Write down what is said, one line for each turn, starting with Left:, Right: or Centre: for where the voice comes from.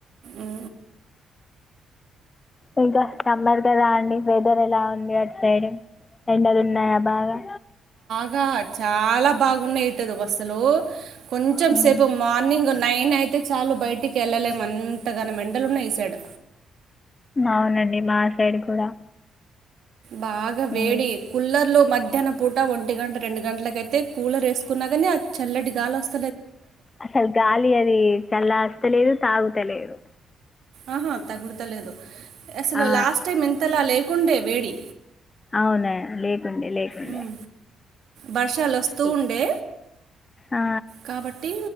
Right: ఊ
Left: ఇంకా అమ్మారు కదా అండి వెదర్ ఎలా ఉంది అట్ సైడ్ ఎండలు ఉన్నాయా బాగా
Right: ఇగా చాలా బాగున్నా ఇట్ది బస్సలు కొంచెం
Left: హ్మ్.
Right: సేపు మార్నింగ్ నైన్ అయితే చాలు బయటికి ఏళ్లలెం అంతగనం మెం <unintelligible> ఉన్నాయి ఈ సైడ్
Left: అవునండి మా సైడ్ కూడా
Right: బాగా వేడి
Left: హ్మ్.
Right: కుల్లర్ లో మధ్ మధ్యాహ్నం పూట ఒంటి గంట రెండు గంటలకైతే కూలర్ వేసుకున్నాగాని ఆ చల్లటి గాలి వస్
Left: అసలు గాలి అది చల లేదు తాగుతలేదు
Right: ఆహా తగు లేదు అసలు
Left: ఆ!
Right: లాస్ట్ టైం ఎంతలా లే కుండే వేడి
Left: అవునా లేకుండే లేకుండే
Right: ఉమ్, వర్షాలు వస్తూ
Left: ఈ
Right: ఉండే
Left: ఆ!
Right: కాబట్టి